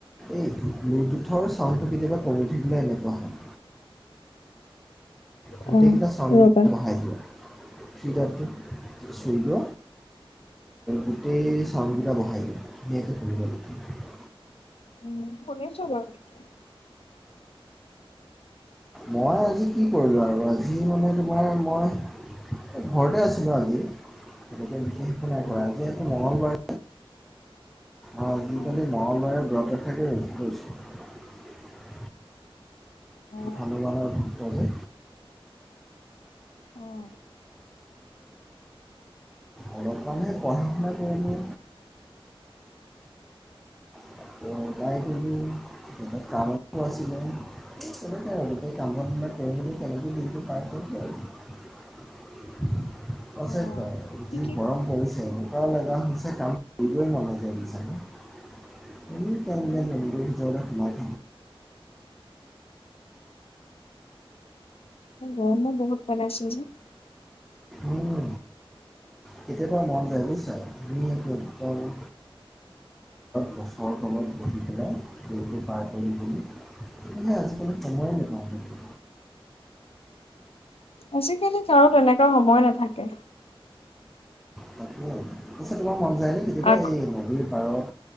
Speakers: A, in the centre; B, on the left (about 80°).
A: এই ব্লুটুথৰ চাউণ্ডটো কেতিয়াবা কমি থাকিলে এনেকুৱা হয়। গোটেইকেইটা
B: অ
A: চাউণ্ড
B: ৰবা
A: বহায় দিয়া। <unintelligible> চুই লোৱা গোটেই চাউণ্ড কেইটা বহাই <unintelligible>
B: উম, শুনিছোঁ বাৰু এতিয়া।
A: মই আজি কি কৰিলোঁ আৰু আজি মানে তোমাৰ মই ঘৰতে আছিলোঁ আজি <unintelligible> নাই কৰা
B: উম
A: যিহেতু মঙগলবাৰ অ', আজিকালি
B: উম
A: মহালয় <unintelligible>
B: অ
A: হনুমানৰ ভক্ত যে
B: অ'।
A: অলপমানে পঢ়া শুনা কৰিলোঁ। <unintelligible> আছে তাই যি গৰম পৰিছে লগা হৈছে কাম
B: অ ঠিকে
A: কৰিবই মন নোযোৱা <unintelligible> <unintelligible>
B: উম গৰম বহুত বনাইছিল যে
A: উম, কেতিয়াবা মন যায় বুইছা, তুমি নদীৰ পাৰত গছৰ তলত, বহি পেলাই পাৰ কৰিম বুলি আজিকালি সময়ে নাপাওঁ। মানে
B: আজিকালি কাৰো তেনেকা সময় নাথাকে।
A: <unintelligible> মন যায় নে? কেতিয়াবা
B: আগ
A: এই নদীৰ পাৰত